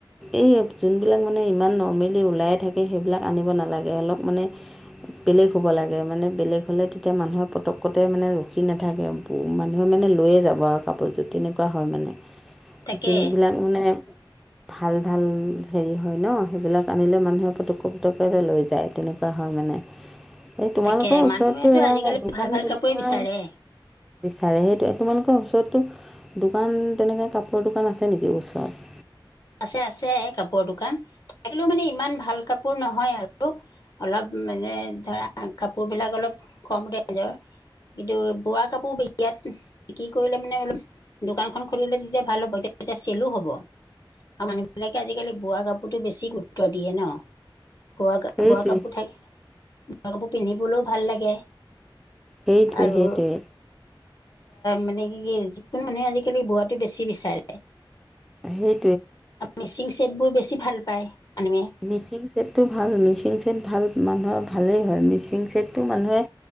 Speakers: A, in the centre; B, on the left.
A: এই যোনবিলাক মানে ইমান নৰ্মেলি ওলাই থাকে সেইবিলাক আনিব নালাগে অলপ মানে বেলেগ হ'ব লাগে মানে বেলেগ হ'লে তেতিয়া মানুহৰ পতককতে মানে ৰখি নাথাকে। মানুহে মানে লৈয়ে যাব আৰু কাপোৰযোৰ তেনেকোৱা হয় মানে।
B: তাকে
A: যোনবিলাক মানে ভাল ভাল হেৰি হয় ন সেইবিলাক আনিলে মানুহে পুতুককে পুতুককৈ লৈ যায় তেনেকোৱা হয় মানে।
B: <unintelligible>
A: এই তোমালোকৰ
B: মানুহেতো
A: ওচৰতো এয়া
B: আজিকালি
A: দোকান
B: ভাল ভাল
A: তেনেকা
B: কাপোৰে বিচাৰে
A: বিচাৰে সেইটোৱে তোমালোকৰ ওচৰতো দোকান তেনেকৈ কাপোৰৰ দোকান আছে নেকি ওচৰত?
B: আছে আছে কাপোৰৰ দোকান থাকিলও মানে ইমান ভাল কাপোৰ নহয় আৰু। অলপ মানে ধৰা কাপোৰ বিলাক অলপ কম ৰেঞ্জৰ। কিন্তু বোৱা কাপোৰ বিয়াত বিক্ৰী কৰিলে মানে অলপ দোকানখন খুলিলে তেতিয়া ভাল হ'ব তেতিয়া চেলো হ'ব। আৰু মানুহ বিলাকে আজিকালি বোৱা কাপোৰতো বেছি গুৰুত্ব দিয়ে ন। বোৱা
A: সেইটোৱে
B: বোৱা কাপোৰ থাকে বোৱা কাপোৰ পিন্ধিবলৈও ভাল লাগে।
A: সেইটোৱে
B: আৰু
A: সেইটোৱে
B: মানে কি কি যিকোনো মানুহে আজিকালি বোৱাটো বেছি বিচাৰে
A: সেই
B: মিচিং চেটবোৰ বেছি ভাল পায় মানুহে
A: মিচিং চেটটো ভাল মিচিং চেট ভাল মানুহৰ ভালেই হয় মিচিং চেটটো মানুহে